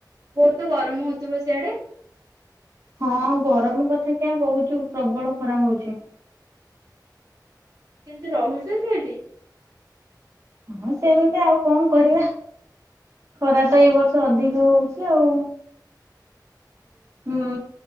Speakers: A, on the right (about 60°); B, on the right (about 40°).
A: ବହୁତ ଗରମ ହଉଥିବ ସିଆଡେ।
B: ହଁ ଗରମ କଥା କେଁ କହୁଛୁ ପ୍ରବଳ ଖରା ହଉଛି।
A: ସେ କେମିତି ରହୁଛନ୍ତି ଏଠି।
B: ହଁ ସେମିତି ଆଉ କଣ କରିବା ଖରା ତ ଏଇ ବର୍ଷ ଅଧିକ ହଉଛି ଆଉ।
A: <unintelligible>
B: ହୁଁ